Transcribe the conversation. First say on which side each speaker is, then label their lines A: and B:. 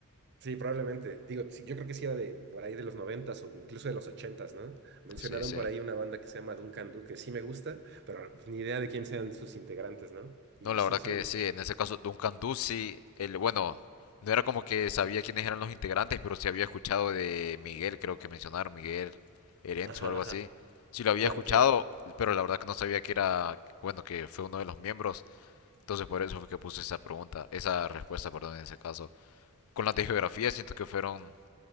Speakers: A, on the right (about 55°); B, on the left (about 80°).
A: sí, probablemente. Digo, sí, yo creo que sí era de por ahí de los noventas o incluso de los ochentas, ¿no? Mencionaron
B: Sí, sí.
A: por ahí una banda que se llama Duncan Du, que sí me gusta, pero pues, ni idea de quién sean sus integrantes, ¿no? Y
B: No, la
A: sí
B: verdad
A: son...
B: que sí, en ese caso Duncan Ducey, el, bueno, no era como que sabía quiénes eran los integrantes, pero sí había escuchado de Miguel, creo que mencionaron, Miguel Erenzo
A: Ajá,
B: o algo
A: ajá.
B: así. Sí lo había
A: Claro,
B: escuchado,
A: claro.
B: pero la verdad que no sabía que era, bueno, que fue uno de los miembros. Entonces por eso fue que puse esa pregunta, esa respuesta, perdón, en ese caso. Con las de geografía siento que fueron